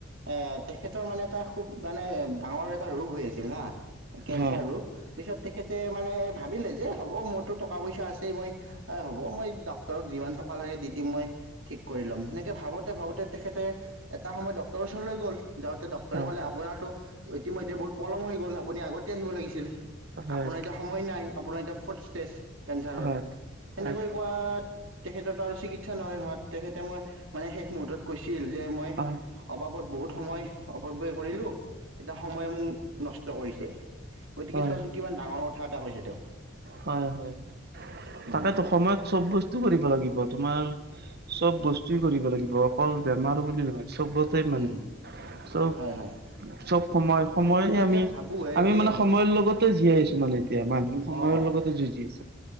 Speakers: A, on the right (about 70°); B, on the right (about 50°).
A: এ তেখেতৰ মানে এটা খুব মানে ডাঙৰ এটা ৰোগ হৈ আছিল হা। কেঞ্চাৰ
B: হয়
A: ৰোগ। পিছত তেখেতে মানে ভাবিলে যে হ'ব, মোৰতো টকা পইচা আছেই, মই হ'ব মই ডক্টৰক যিমান টকা লাগে দি দিম মই। ঠিক কৰি ল'ম। সেনেকে ভাবোঁতে - ভাবোঁতে তেখেতে এটা সময়ত ডক্টৰৰ ওচৰলৈ গ'ল। যাওঁতে ডক্টৰে
B: হয়
A: ক'লে, আপোনাৰটো ইতিমধ্যে বহুত পলম হৈ গ'ল। আপুনি আগতে আহিব লাগিছিল। আপোনাৰ
B: হয়
A: এতিয়া সময় নাই। আপোনাৰ এতিয়া ফৰ্থ ষ্টেজ কেঞ্চাৰৰ।
B: হয়
A: সেনেকৈ
B: হয়
A: কোৱাত তেখেততো আৰু চিকিৎসা নহয় হোৱাত তেখেতে মই মানে শেষ মুহুৰ্তত কৈছিল যে মই
B: অ
A: অবাব ত বহুত সময় অপব্য় কৰিলো। এতিয়া সময়ে মোক নষ্ট কৰিছে।
B: হয়
A: গতিকে চোৱাচোন কিমান ডাঙৰ কথা এটা কৈছে তেওঁ।
B: হয় - হয় - হয়।
A: উম,
B: তাকেতো, সময়ত চব বস্তু কৰিব লা গিব। তোমাৰ চব বস্তুৱে কৰিব লাগিব, অকল বেমাৰ বুলি নহয়। চবতেই মানু।
A: উম,
B: চব-
A: হয় হয়
B: চব সময়- সময়ে
A: এতিয়া
B: আমি-
A: ভাবোঁহে
B: আমি
A: যে
B: মানে সময়ৰ ল লগতে জীয়াই আহিছোঁ মানে এতিয়া, মানুহে সময়ৰ
A: অঁ
B: লগতে যুঁজি আছে।